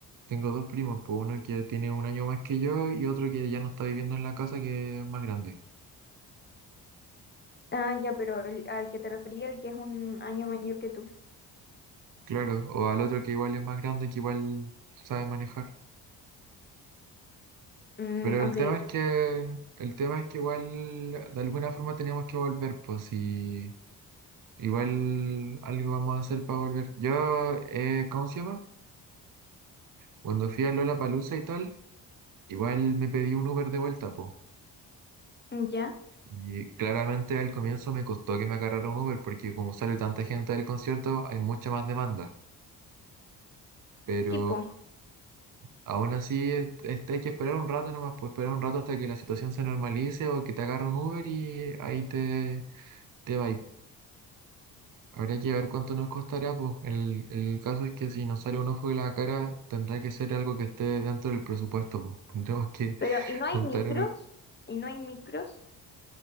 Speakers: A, on the right; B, on the left.
A: tengo dos primos, pues uno que tiene un año más que yo y otro que ya no está viviendo en la casa, que es más grande.
B: Ah, ya, pero el, al que te refería, el que es un año mayor que tú.
A: Claro, o al otro que igual es más grande, que igual sabe manejar.
B: Mm,
A: Pero
B: ok,
A: el tema es que, el tema es que igual de alguna forma teníamos que volver, pues si igual algo vamos a hacer para volver. Yo, eh, ¿cómo se llama? Cuando fui a Lollapalooza y tal, igual me pedí un Uber de vuelta, pues.
B: ya.
A: Y claramente al comienzo me costó que me agarrara un Uber porque como sale tanta gente del concierto, hay mucha más demanda. Pero
B: Tipo,
A: aún así, es- este, hay que esperar un rato nomás, pues esperar un rato hasta que la situación se normalice o que te agarre un Uber y ahí te, te va, Habrá que ver cuánto nos costará, pues. El, el caso es que si nos sale un ojo de la cara, tendrá que ser algo que esté dentro del presupuesto, pues. Tendremos que
B: pero ¿y no
A: <laughs>
B: hay
A: juntar.
B: micros? ¿Y no hay micros?